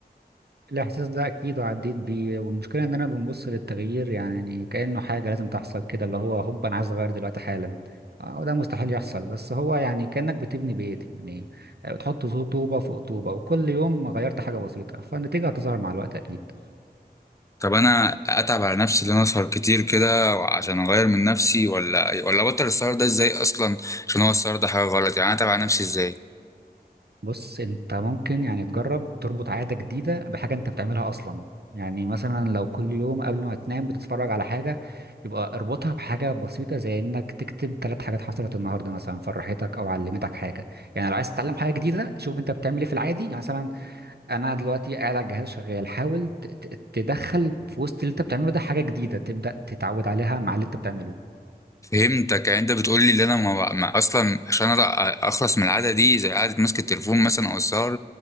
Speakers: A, on the right (about 75°); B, on the left (about 20°).
A: الإحساس ده أكيد وعديت بيه والمشكلة إن أنا بنبص للتغيير يعني كأنه حاجة لازم تحصل كده اللي هو هوب أنا عايز أغير دلوقتي حالا آه، وده مستحيل يحصل بس هو يعني كأنك بتبني بيت يعني آه، بتحط طوبة فوق طوبة وكل يوم غيرت حاجة بسيطة فالنتيجة هتظهر مع الوقت أكيد
B: طب انا اتعب على نفسي ان انا اسهر كتير كده عشان اغير من نفسي ولا ولا ابطل السهر ده ازاي اصلا عشان هو السهر ده حاجه غلط يعني انا اتعب على نفسي ازاي
A: بص انت ممكن يعني تجرب تربط عادة جديدة بحاجة انت بتعملها اصلا يعني مثلا لو كل يوم قبل ما تنام بتتفرج على حاجة يبقى اربطها بحاجة بسيطة زي انك تكتب ثلاث حاجات حصلت النهاردة مثلا فرحتك او علمتك حاجة يعني لو عايز تتعلم حاجة جديدة شوف انت بتعمل ايه في العادي يعني مثلا انا دلوقتي قاعد على الجهاز شغال حاول ت- ت- تدخل في وسط اللي انت بتعمله ده حاجة جديدة تبدأ تتعود عليها مع اللي انت بتعمله
B: فهمتك يعني انت بتقول لي ان انا ما ما اصلا عشان أنا اخلص من العاده دي زي قعده ماسك التليفون مثلا او السهر